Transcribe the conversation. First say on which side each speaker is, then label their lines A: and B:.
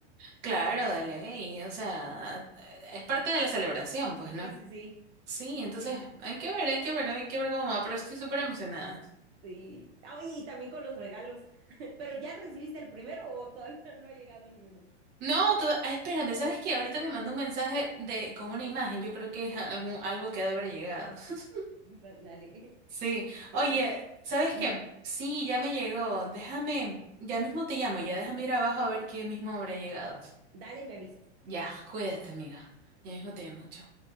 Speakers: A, on the right; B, on the right.
A: Claro, de ley. O sea, eh, es parte de la celebración, pues,
B: Sí,
A: ¿no?
B: sí, sí.
A: Sí,
B: Oye,
A: entonces hay que ver, hay que ver, hay que ver cómo va, pero estoy súper emocionada.
B: Sí. Ah, Oye, y también con los regalos. <laughs> ¿Pero ya recibiste el primero o todavía <laughs> no ha llegado ni uno?
A: No, toda- ah, espérame, ¿sabes qué? Ahorita me mandó un mensaje de con una imagen, yo creo que es algún algo que ha de haber llegado. <laughs>
B: <laughs> Va- Dale. <laughs>
A: Sí, oye,
B: Eh, me-
A: ¿sabes
B: ujú.
A: qué? Sí, ya me llegó. Déjame, ya mismo te llamo, ya déjame ir abajo a ver qué mismo habrá llegado.
B: Dale, me avisas.
A: Ya, cuídate, amiga. Ya mismo te llamo. chao.